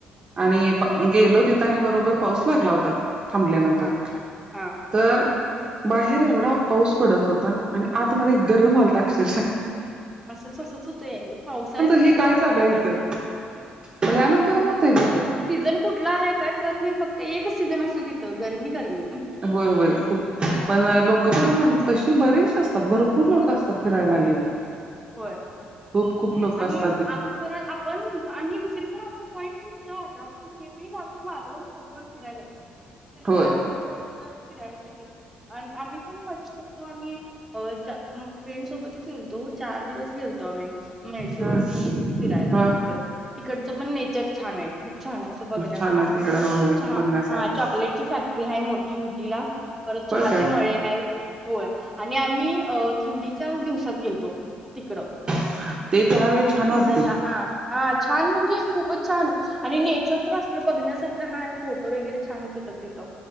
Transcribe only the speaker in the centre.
हा हा
हा
असंच असंच होतय पावसाळ्यात
सुद्धा
तिथं
गरमी
असत्या.
सीझन कुठला नाय काय कळत नाही फक्त एकच सीझन असू तिथं गरमी गरमी.
होय
आणि
आप जरा आप पण आणि दुसरी पण आपली पॉईंट नसतं आता पण <unintelligible> फिराय जात. <inaudible>
<unintelligible> फिरायला पाहिजे आणि आम्ही पण मधी तो आम्ही अं फ्रेंड सोबतच गेलतो चार दिवस गेलतो आम्ही. म्हैसूर
उटी फिरायला
तिकडं, तिकडचं पण नेचर छान आहे खूप छान आहे. असं बघण्यासारखं
हाय.
चहा
हा चॉकलेटची फॅक्टरी हाय मोठी उटीला. परत
चहाचे
मळे आहेत होय आणि आम्ही अ थंडीच्या दिवसात गेलतो. तिकडं
सीझनला हा हा छान म्हणजे खूपच छान. आणि नेचर तर असलं बघण्यासारखं हाय, फोटो वगैरे छानच येतात तिथं.